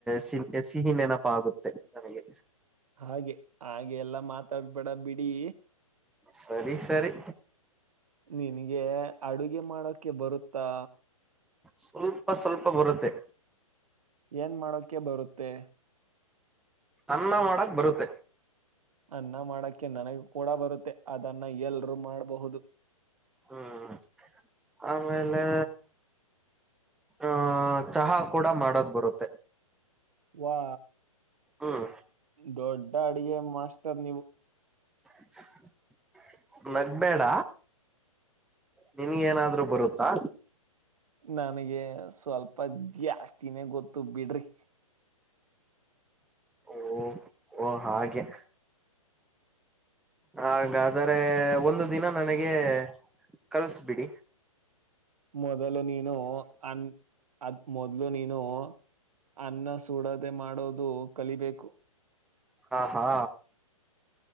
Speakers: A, in the centre; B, on the right (about 75°).
A: ಸಿ ಸಿಹಿ ನೆನಪ ಆಗುತ್ತೆ ನನಗೆ
B: ಹಾಗೆ ಹಾಗೆ ಎಲ್ಲಾ ಮಾತಾಡ್ಬೇಡಾ ಬಿಡಿ.
A: ಸರಿ ಸರಿ
B: ನಿನಗೆ ಅಡುಗೆ ಮಾಡೋಕ ಬರುತ್ತಾ.
A: ಸ್ವಲ್ಪ ಸ್ವಲ್ಪ ಬರುತ್ತೆ
B: ಏನ್ ಮಾಡಕ ಬರುತ್ತೆ
A: ಅನ್ನ ಮಾಡಕ್ ಬರುತ್ತೆ
B: ಅನ್ನ ಮಾಡಕ್ಕೆ ನನಗೂ ಕೂಡ ಬರುತ್ತೆ ಅದನ್ನ ಎಲ್ರೂ ಮಾಡಬಹುದು
A: ಹ್ಮ್ ಆಮೇಲೆ ಆಹ ಚಹಾ ಕೂಡ ಮಾಡೊಕ ಬರುತ್ತೆ.
B: ಹಾ
A: ಹ್ಮ್
B: ದೊಡ್ಡ ಅಡಗೆ ಮಾಸ್ಟರ್ ನಿವು
A: <inaudible> ನಗ್ಬೇಡ ನಿನ್ಗೇನಾದ್ರು ಬರುತ್ತಾ
B: ನನಗೆ ಸ್ವಲ್ಪ ಜಾಸ್ತಿನೇ ಗೊತ್ತು ಬಿಡ್ರಿ.
A: ಓ ಓ ಹಾಗೆ ಹಾಗಾದರೆೆಒಂದು ದಿನ ನನಗೆ ಕಲಿಸಿ ಬಿಡಿ
B: ಮೊದಲು ನೀನು ಅನ್ ಅದ್ ಮೊದ್ಲು ನೀನು ಇನ್ನು ಅನ್ನ ಸುಡದೆ ಮಾಡೋದು ಕಲಿಬೇಕು.
A: ಹಾ ಹಾ